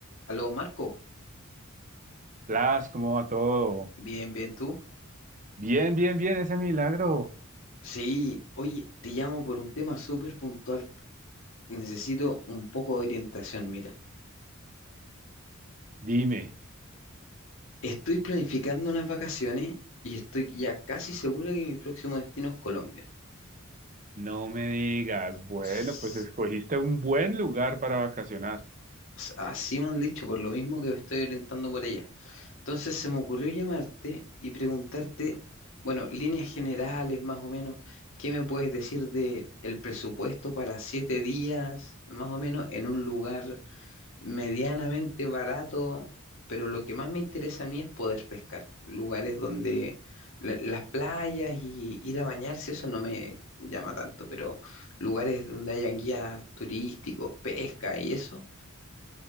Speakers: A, on the left; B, on the right.
A: Aló, Marco.
B: Blas, ¿cómo va todo?
A: Bien, bien, ¿tú?
B: Bien, bien, bien, ese milagro.
A: Sí, oye, te llamo por un tema súper puntual. Necesito un poco de orientación, mira.
B: Dime,
A: Estoy planificando unas vacaciones y estoy ya casi seguro que mi próximo destino es Colombia.
B: no me digas, bueno,
A: S-
B: pues escogiste un buen lugar para vacacionar.
A: Así me han dicho, por lo mismo que me estoy orientando por allá. Entonces se me ocurrió llamarte y preguntarte, bueno, líneas generales más o menos, ¿qué me puedes decir de el presupuesto para siete días, más o menos, en un lugar? medianamente barato, pero lo que más me interesa a mí es poder pescar. Lugares donde la- las playas y ir a bañarse, eso no me llama tanto, pero lugares donde hayan guías turísticos, pesca y eso,